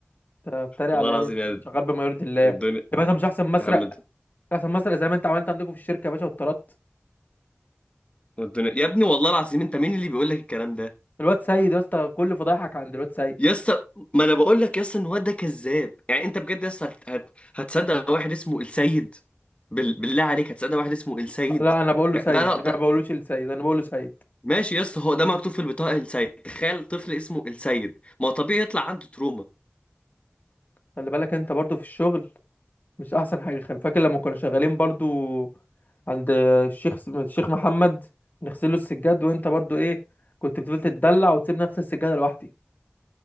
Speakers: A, on the left; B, on the left.
A: انت بتتريق
B: والله
A: عليا
B: العظيم
A: ليه يا عم
B: يعني
A: أنا شغال بما يرضي الله يا
B: الدنيا
A: باشا مش احسن مسرق
B: يا عم
A: مش احسن مسرق زي ما انت عملت عندكم في الشركه يا باشا واتطردت
B: الدنيا يا ابني والله العظيم انت مين اللي بيقول لك الكلام ده
A: الواد سيد يا اسطى كل فضايحك عند الواد سيد
B: يا اسطى ما انا بقول لك يا اسطى ان الواد ده كذاب يعني انت بجد يا اسطى هت... هت... هتصدق واحد اسمه السيد بال... بالله عليك هتصدق واحد اسمه السيد
A: لا انا بقول له
B: يعني
A: سيد
B: ده
A: انا
B: ده
A: ما بقولوش السيد انا بقول له سيد
B: ماشي يا اسطى هو ده مكتوب في البطاقه السيد تخيل طفل اسمه السيد ما هو طبيعي يطلع عنده تروما
A: خلي بالك انت برضو في الشغل مش احسن حاجه خل فاكر لما كنا شغالين برضو عند الشيخ الشيخ محمد نغسله السجاد وانت برضو ايه كنت بتفضل تتدلع وتسيبني اغسل السجاده لوحدي